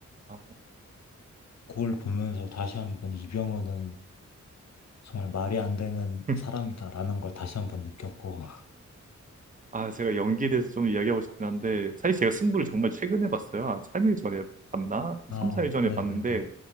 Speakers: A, on the right; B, on the left.
A: 아,
B: 그걸 보면서 다시 한번 이병헌은 정말 말이 안 되는
A: <laughs>
B: 사람이다라는 걸 다시 한 번 느꼈고,
A: 아, 제가 연기에 대해서 좀 이야기하고 싶긴 한데 사실 제가 승부를
B: 네.
A: 정말 최근에 봤어요. 한 3일 전에 봤나?
B: 아,
A: 3, 4일 전에
B: 네네네.
A: 봤는데